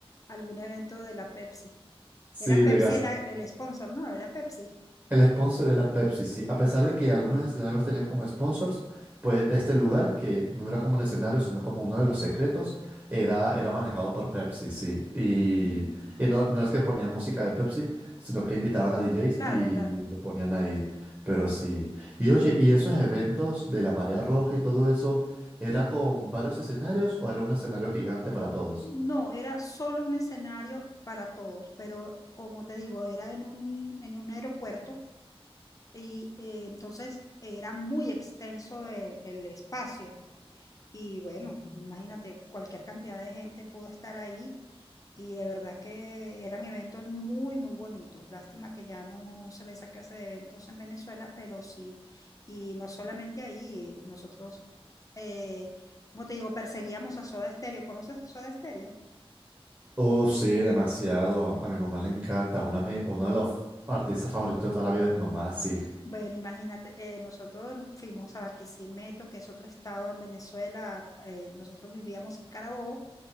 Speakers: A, on the left; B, on the right.
A: algún evento de la Pepsi.
B: Sí,
A: Era Pepsi
B: de
A: el, el sponsor, ¿no? Era Pepsi.
B: El sponsor era Pepsi, sí. A pesar de que algunos escenarios tenían como sponsors, pues este lugar, que no era como un escenario, sino como uno de los secretos, era, era manejado por Pepsi, sí. Y,
A: Mm.
B: y no, no es que ponían música de Pepsi, sino que invitaban a DJs
A: Claro,
B: y
A: claro.
B: le ponían ahí. Pero sí. Y oye, ¿y esos eventos de la marea roja y todo eso, era con varios escenarios o era un escenario gigante para todos?
A: No, era solo un escenario para todos, pero como te digo, era en un, en un aeropuerto y eh, entonces era muy extenso el, el espacio. Y bueno, imagínate, cualquier cantidad de gente pudo estar ahí y de verdad que eran eventos muy, muy bonitos. Lástima que ya no, no se ve esa clase de eventos en Venezuela, pero sí. Y no solamente ahí, nosotros, eh, como te digo, perseguíamos a Soda Stereo. ¿Conoces a Soda Stereo?
B: Uh, sí, demasiado. A, a mi mamá le encanta. Una, me- uno de los artistas favoritos de toda la vida de mi mamá, sí.
A: Bueno, imagínate, eh, nosotros fuimos a Barquisimeto, que es otro estado en Venezuela. eh, nosotros vivíamos en Carabobo